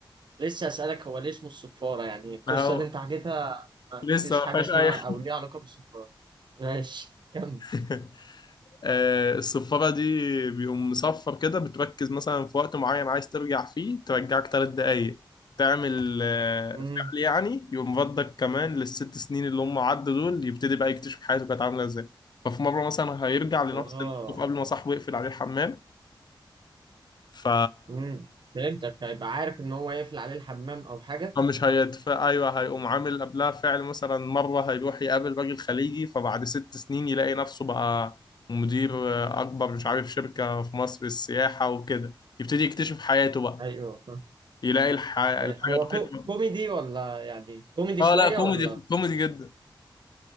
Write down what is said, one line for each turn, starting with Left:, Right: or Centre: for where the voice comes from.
Right: لسه اسالك هو ليه اسمه الصفاره يعني القصه
Left: فهو
Right: اللي انت حكيتها ما
Left: لسه
Right: فيش
Left: ما
Right: حاجه
Left: فيهاش
Right: اسمها
Left: أي حاجة
Right: او ليها علاقه بالصفاره ماشي كمل
Left: <laughs> آه، الصفارة دي بيقوم مصفر كده بتركز مثلا في وقت معين عايز ترجع فيه ترجعك تلات دقايق تعمل آه،
Right: امم
Left: فعل يعني يقوم ردك كمان للست سنين اللي هم عدوا دول يبتدي بقى يكتشف حياته كانت عاملة ازاي ففي مرة مثلا هيرجع لنفس
Right: اه
Left: الموقف قبل ما صاحبه يقفل عليه الحمام ف
Right: امم فهمتك هيبقى عارف ان هو يقفل عليه الحمام او حاجه
Left: هو مش هيتفق ايوه هيقوم عامل قبلها فعل مثلا مره هيروح يقابل راجل خليجي فبعد ست سنين يلاقي نفسه بقى مدير آه، اكبر مش عارف شركه في مصر للسياحه وكده يبتدي يكتشف حياته بقى
Right: ايوه فاهم.
Left: يلاقي الح... الحاجه
Right: هو
Left: بتكبر
Right: كو... كوميدي ولا يعني كوميدي
Left: اه
Right: شويه
Left: لا كوميدي
Right: ولا
Left: كوميدي جدا